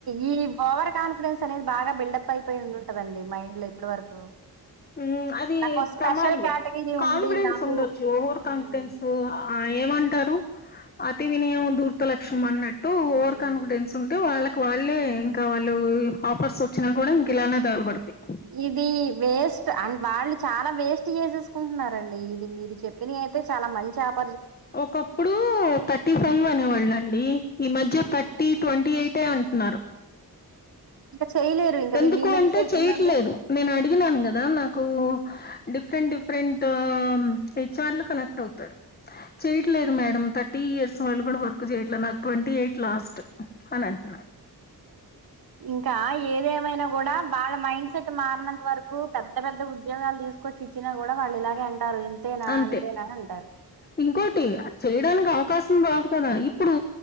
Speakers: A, on the right; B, on the left.
A: ఈ ఓవర్ కాన్ డెన్స్ అనేది బాగా బిల్డప్ అయిపోయి ఉండుంటదండి మైండ్ లో ఇప్పుడి వరకు
B: మ్ అది
A: నాకు స్పెషల్
B: ప్రమాదమే
A: కేటగిరీ
B: కాన్ఫిడెన్స్
A: ఉంది నాకు
B: ఉండొచ్చు ఓవర్ కాన్ఫిడెన్స్
A: మ్మ్
B: ఉ ఆ ఏమంటారు అతి వినియం దూర్త లక్షష్మం అన్నట్టు ఓవర్
A: మ్మ్
B: కాన్ఫిడెన్స్. కుంటూ వాళ్ళకి వాళ్ళే ఇంకా వాళ్ళు ఆఫర్స్ వచ్చినా కూడా ఇంక ఇలానే దగలపడతాయ్.
A: ఇది వేస్ట్ అ వాళ్ళు చాలా వేస్ట్ చేసేసుకుంటున్నారండి ఇది మీరు చెప్. ప్పిని అయితే చాలా మంచి ఆఫ్.
B: ఒకప్పుడు థర్టీ ఫైవ్ అనేవాళ్ళ అండి ఈ మధ్య
A: ఉమ్.
B: థర్. టి ట్వంటీ ఎయిట్ ఎయిటే అంటున్నారు.
A: ఇంకా చేయలేరు ఇంకా
B: ఎందుకు
A: వీళ్ళు ఈ మైండ్
B: అంటే
A: సెట్
B: చెయట్లేదు
A: ఉన్నోళ్ళు
B: నేను అడిగినాను కదా నాకు. డిఫరెంట్ డిఫరెంట్ హెచ్ఆర్లు కనెక్ట్ అవుతారు. చేయట్లేదు మేడం థర్టీ ఇయర్స్ వాళ్ళు కూడా వర్క్ చేయట్లేదు నాకు ట్వంటీ ఎయిట్ లాస్ట్. అని అంటున్నారు.
A: ఇంకా ఏదేమైనా కూడా వాళ్ళ మైండ్ సెట్ మారినంత వరకు పెద్ద పెద్ద ఉద్యోగాలు తీస్. కొ ఇచ్చినా కూడా వాళ్ళు ఇలాగే అంటారు ఇంతేనా
B: అంతే.
A: అంతేనా అంటారు.
B: ఇంకోటి చేయడానికి అవకాశం రాదు కదా ఇప్పుడు.